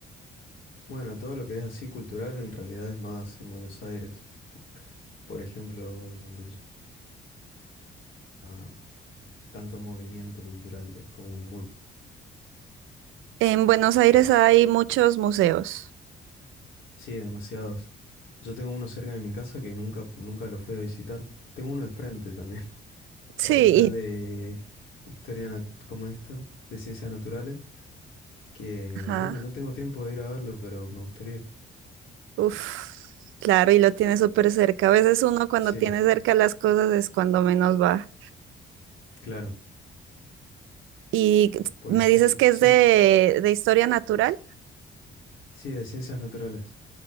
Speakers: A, on the left; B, on the right.
A: bueno, todo lo que es así cultural en realidad es más en Buenos Aires. Por ejemplo, donde ah, tanto movimiento cultural, es como muy...
B: En Buenos Aires hay muchos museos.
A: Sí, demasiados. Yo tengo uno cerca de mi casa que nunca, nunca lo fui a visitar. Tengo uno enfrente también, <laughs>
B: Sí,
A: pero está el
B: y
A: de historia nat- como esto, de ciencias naturales, que
B: Ajá.
A: bueno, no tengo tiempo de ir a verlo, pero me gustaría.
B: Uf, claro, y lo tiene súper cerca. A veces uno cuando
A: Sí,
B: tiene cerca las cosas es cuando menos va.
A: claro.
B: Y
A: Por
B: me
A: ejemplo,
B: dices que
A: sí,
B: es de, de historia natural.
A: sí, de ciencias naturales.